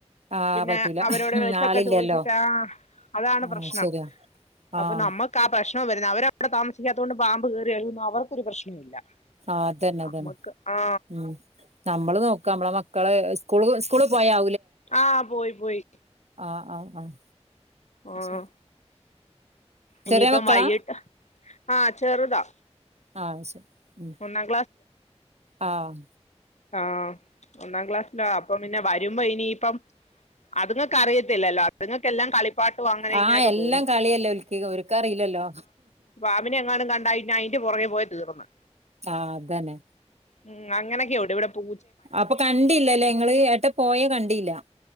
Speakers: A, on the right; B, on the left.
A: ആഹ്
B: പിന്നെ
A: പറ്റൂല
B: അവരോട് വിളിച്ചൊക്കെ
A: ആളില്ലല്ലോ
B: ചോദിച്ചിട്ട് അതാണ്
A: ആഹ്
B: പ്രശ്നം
A: ശരിയാ
B: അപ്പൊ
A: ആഹ്
B: നമ്മുക്ക് ആ പ്രശ്നം വരുന്നത് അവര അവിടെ താമിക്കാത്ത കൊണ്ട് പാമ്പ് കേറിയാലും അവർക്കൊരു പ്രശ്നമില്ല
A: ആഹ് അത് തന്നെ
B: നമ്മക്ക്
A: അത് തന്നെ
B: ആ
A: ഉം നമ്മള് നോക്കാ നമ്മളെ മക്കളെ സ്കൂള് സ്കൂള് പോയാ
B: ആഹ് പോയി പോയി
A: ആഹ് ആഹ് ആഹ്
B: ആഹ്
A: ശരി
B: ഇനിയിപ്പം
A: ചെറിയ മക്കളാ
B: വൈകിട്ട് ആഹ് ചെറുതാ
A: ആഹ് ശ ഉം
B: ഒന്നാം
A: ആഹ്
B: ആഹ് ഒന്നാം ക്ലാസ്സിലാ അപ്പം പിന്നെ <unintelligible> രുമ്പം ഇനീപ്പം അതിങ്ങൾക്ക് അറിയത്തില്ലല്ലോ അതിങ്ങക്ക് എല്ലാം കളി പാട്ടും അങ്ങനെ
A: ആഹ്
B: ഇങ്ങനെയൊക്കെ
A: എല്ലാം
B: തോന്നും
A: കളിയല്ലേ ഓൽക്ക് ഓര്ക്ക് അറിയില്ലല്ലോ
B: പാമ്പിനെ എങ്ങാനും കണ്ടാ പുറകെ പോയി തീർന്ന്
A: ആഹ് അതന്നെ
B: ഉം അങ്ങനൊക്കെയുണ്ടിവിടെ ഇവിടെ പൂ
A: അപ്പൊ കണ്ടില്ലല്ലേ ഇങ്ങള് ഏട്ട പോയെ കണ്ടില്ല